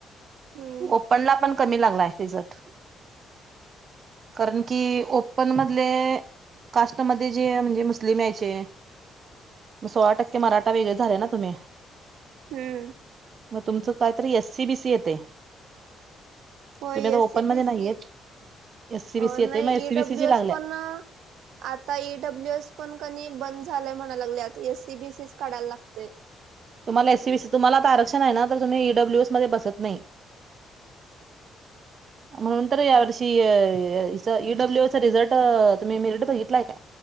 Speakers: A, on the right; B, on the right.
A: हम्म
B: ओपनला पण कमी लागलाय रिझर्ट. कारण की ओपन मधले, कास्टमध्ये जे म्हणजे मुस्लिम यायचे, मग सोळा टक्के मराठा वेगळे झाले ना तुम्ही.
A: हम्म
B: मग तुमचं काय तरी एस सी बीसी येते.
A: हो
B: तुम्ही
A: ए
B: आता ओपन
A: सी
B: मध्ये
A: बी
B: नाहीयेत
A: सी अ
B: एससी बीसी येते
A: नाही
B: मग एससी
A: ईडब्ल्युएस
B: बीसी ची लागल्या
A: पण आता ईडब्ल्यूएस पण नि बंद झालय म्हणाय लागल्यात एससी बीसीच काढाय लागतंय.
B: तुम्हाला एसीबीस तुम्हाला आता आरक्षण आहे ना तर तुम्ही ईडब्ल्यूएस मध्ये बसत नाही. <inaudible> म्हणून तर या वर्षी <unintelligible> ईडब्ल्यूचा रिझल्ट तुम्ही मिेरट बघितलाय का?